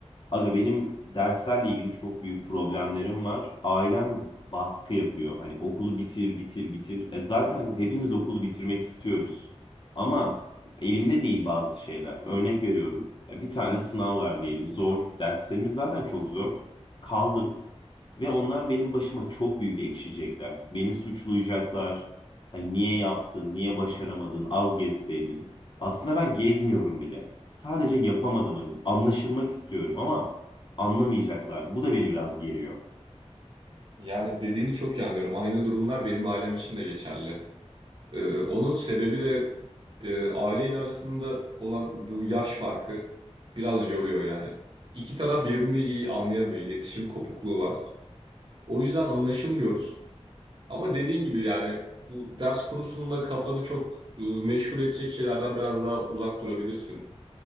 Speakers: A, on the left (about 45°); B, on the right (about 45°).
A: Aga benim derslerle ilgili çok büyük problemlerim var. Ailem baskı yapıyor. Hani okulu bitir, bitir, bitir. E zaten hepimiz okulu bitirmek istiyoruz. Ama elimde değil bazı şeyler. Örnek veriyorum. Ya bir tane sınav var diyelim. Zor. Derslerimiz zaten çok zor. Kaldım. Ve onlar benim başıma çok büyük ekşiyecekler. Beni suçlayacaklar. Hani niye yaptın, niye başaramadın, az gezseydin. Aslında ben gezmiyorum bile. Sadece yapamadım hani. Anlaşılmak istiyorum ama anlamayacaklar. Bu da beni biraz geriyor.
B: Yani dediğini çok iyi anlıyorum. Aynı durumlar benim ailem için de geçerli. E, onun sebebi de e, aileyle arasında olan bu yaş farkı biraz yoruyor yani. İki taraf birbirini iyi anlayamıyor. İletişim kopukluğu var. O yüzden anlaşılmıyoruz. Ama dediğin gibi yani bu ders konusunda kafanı çok e, meşgul edecek şeylerden biraz daha uzak durabilirsin.